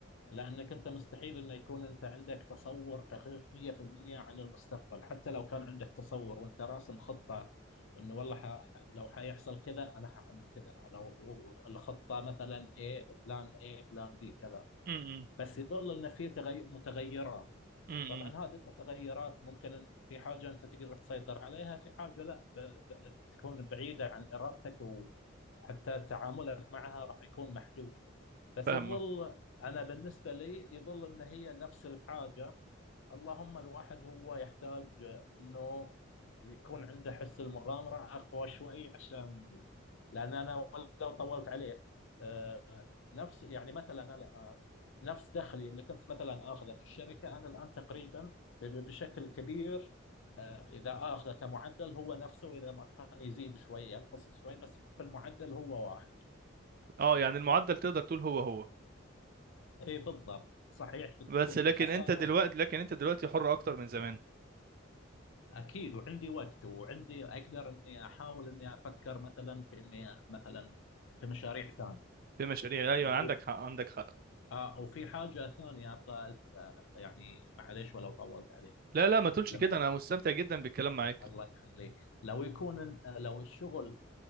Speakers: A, on the left; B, on the right.
A: لأنك أنت مستحيل أن يكون أنت عندك تصور دقيق 100% عن المستقبل حتى لو كان عندك تصور وأنت راسم خطة أنه والله ح... ح- لو حيحصل كذا أنا حأعمل كذا لو الخطة مثلا A بلان A بلان B كذا
B: امم
A: بس يظل أن في تغي... متغيرات
B: امم
A: طبعا هذه المتغيرات ممكن أن في حاجة أنت تقدر تسيطر عليها في حاجة لا ب... ب... بتكون بعيدة عن إرادتك وحتى تعاملك معها راح يكون محدود بس
B: فاهمه
A: يظل انا بالنسبه لي يظل ان هي نفس الحاجه اللهم الواحد هو يحتاج انه يكون عنده حس المغامره اقوى شوي عشان لان انا لو طولت عليه آه، نفس يعني مثلا انا الآن نفس دخلي اللي كنت مثلا اخذه في الشركه انا الان تقريبا ب- بشكل كبير آه، اذا اخذه كمعدل هو نفسه اذا ما كان يزيد شوي ينقص شوي بس في المعدل هو واحد
B: اه يعني المعدل تقدر تقول هو هو
A: اي بالضبط صحيح بتكون
B: بس لكن
A: في خسارة
B: انت دلوقتي لكن انت دلوقتي حر اكتر من زمان
A: اكيد وعندي وقت وعندي اقدر اني احاول اني افكر مثلا في اني مثلا في مشاريع ثانية
B: في مشاريع ايوه
A: و...
B: عندك حق عندك حق
A: آه وفي حاجة ثانية ابغى ألف- آه، يعني معليش ولو طولت عليك
B: لا لا ما تقولش
A: لما
B: كده
A: يكون
B: انا مستمتع جدا بالكلام معاك
A: الله يخليك لو يكون إن- آه، لو الشغل